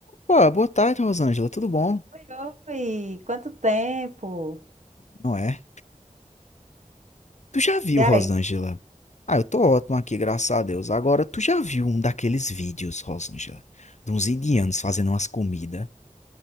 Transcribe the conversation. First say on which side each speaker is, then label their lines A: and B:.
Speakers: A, on the left (about 60°); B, on the right (about 60°).
A: Pô, boa tarde, Rosângela, tudo bom?
B: Oi, oi! Quanto tempo?
A: Não é? Tu já viu,
B: E
A: Rosângela?
B: aí?
A: Ah, eu tô ótimo aqui, graças a Deus. Agora, tu já viu um daqueles vídeos, Rosângela, de uns indianos fazendo umas comidas?